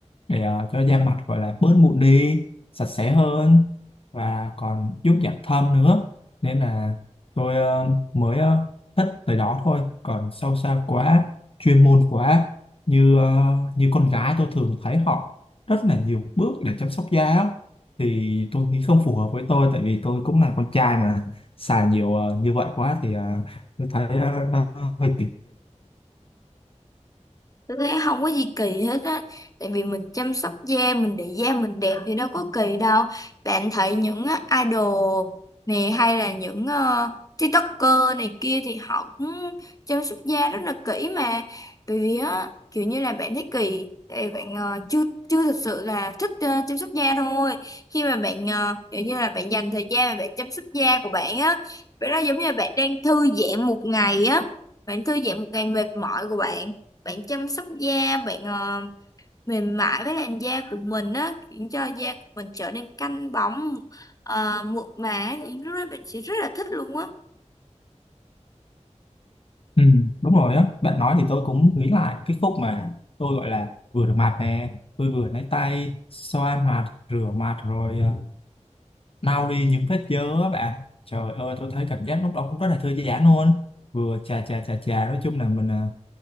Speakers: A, on the left; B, on the left.
A: để ờ, cho da mặt gọi là bớt mụn đi sạch sẽ hơn và còn giúp giảm thâm nữa nên là tôi ờ, mới ờ, thích tới đó thôi còn sâu xa quá chuyên môn quá như ờ, như con gái tôi thường thấy họ rất là nhiều bước để chăm sóc da á. thì tôi nghĩ không phù hợp với tôi tại vì tôi cũng là con trai mà xài nhiều ờ, như vậy quá thì ờ, tôi thấy ờ, hơi
B: Tôi thấy không có gì kỳ hết á Tại vì mình chăm sóc da mình để da mình đẹp thì đâu có kỳ đâu Bạn thấy những á, idol này hay là những ờ, TikToker này kia thì họ cũng chăm sóc da rất là kỹ mà Bởi vì á kiểu như là bạn thấy kỳ Tại vì bạn ờ, chưa chưa thực sự là thích ờ, chăm sóc da thôi Khi mà bạn ờ, kiểu như là bạn dành thời gian mà bạn chăm sóc da của bạn á Vậy đó giống như là bạn đang thư giãn một ngày á Bạn thư giãn một ngày mệt mỏi của bạn bạn chăm sóc da bạn ờ, mềm mại với làn da của mình á khiến cho da của mình trở nên căng bóng ờ, mượt mà thì lúc đó bạn sẽ rất là thích luôn á
A: Ừ, đúng rồi á bạn nói thì tôi cũng nghĩ lại cái khúc mà tôi gọi là vừa rửa mặt nè tôi vừa lấy tay xoa mặt rửa mặt rồi uh, lau đi những vết dơ á bạn trời ơi tôi thấy cảm giác lúc đó cũng rất là thư giãn luôn vừa chà chà chà chà nói chung là mình à,